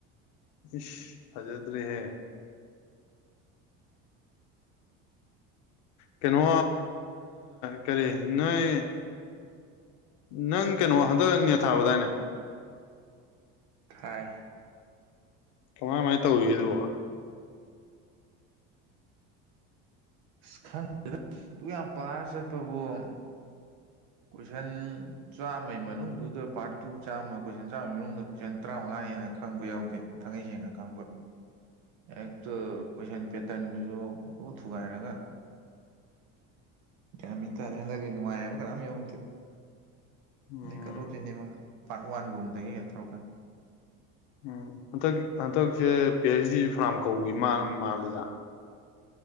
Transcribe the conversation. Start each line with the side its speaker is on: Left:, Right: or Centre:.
Left: ꯏ ꯐꯖꯗ꯭ꯔꯦꯍꯦ ꯀꯩꯅꯣ ꯀꯔꯤ ꯅꯣꯏ ꯅꯪ ꯀꯩꯅꯣ ꯍꯟꯗꯛꯅꯦ ꯊꯥꯕꯗꯥꯏꯅꯦ
Right: ꯊꯥꯏ
Left: ꯀꯃꯥꯏ ꯀꯃꯥꯏꯅ ꯇꯧꯔꯤꯒ ꯑꯗꯨꯕꯣ
Right: ꯑꯁ ꯈꯪꯗꯦꯗ ꯑꯗꯨꯛ ꯌꯥꯝ ꯄꯥꯔ ꯆꯠꯄꯕꯨꯣ ꯀꯣꯏꯁꯟ ꯆꯥꯝꯃꯩ ꯃꯅꯨꯡꯗꯨꯗ ꯄꯥꯔꯠ ꯇꯨ ꯆꯥꯝꯃ ꯀꯣꯏꯁꯟ ꯆꯥꯝꯃ ꯃꯅꯨꯡꯗ ꯀꯁꯟ ꯇꯔꯥꯃꯉꯥ ꯍꯦꯟꯅ ꯈꯪꯕ ꯌꯥꯎꯗꯦ ꯊꯥꯡꯩ ꯁꯦꯡꯅ ꯈꯪꯕ ꯍꯦꯛꯇꯣ ꯀꯣꯏꯁꯟ ꯄꯦꯇꯔꯟꯗꯨꯁꯨ ꯄꯨꯛ ꯊꯨꯒꯥꯏꯔꯒ ꯌꯥꯃꯤꯥꯔꯦ ꯍꯟꯗꯛꯀꯤ ꯅꯨꯡꯉꯥꯏ ꯍꯥꯏꯕ ꯀꯔꯝ ꯌꯥꯎꯅꯗꯦ
Left: ꯎꯝ
Right: ꯀꯂꯨꯤꯅꯦ ꯄꯥꯔꯠ ꯋꯥꯟꯒꯨꯝꯗꯒꯤ ꯀꯩꯅꯣ ꯇꯧꯔꯀꯥꯟꯗ
Left: ꯎꯝ ꯍꯟꯗꯛ ꯍꯟꯗꯛꯁꯦ ꯄꯤ ꯑꯩꯩꯆ ꯗꯤ ꯐꯅꯥꯝ ꯀꯧꯒꯤ ꯃꯥ ꯃꯥꯜꯂꯤꯗ